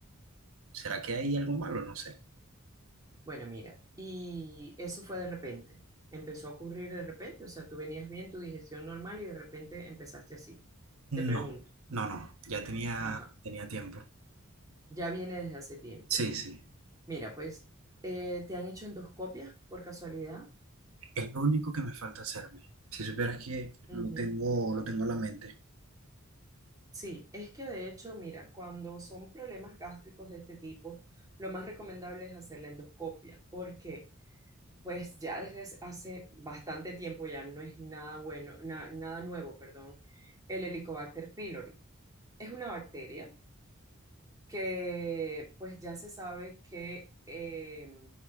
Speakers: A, on the right (about 85°); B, on the right (about 15°).
A: ¿será que hay algo malo? No sé.
B: Bueno, mira, y eso fue de repente. Empezó a ocurrir de repente, o sea, tú venías bien, tu digestión normal y de repente empezaste así. Te pregunto,
A: No, no, no, ya tenía,
B: ajá,
A: tenía tiempo.
B: ya viene desde hace tiempo.
A: Sí, sí,
B: Mira, pues eh, te han hecho endoscopias por casualidad.
A: es lo único que me falta hacerme. Si supieras que
B: Ujú.
A: lo tengo, lo tengo en la mente.
B: Sí, es que de hecho, mira, cuando son problemas gástricos de este tipo, lo más recomendable es hacer la endoscopia, porque pues ya desde hace hace bastante tiempo ya no es nada bueno, na- nada nuevo, perdón, el Helicobacter pylori. Es una bacteria que pues ya se sabe que eh,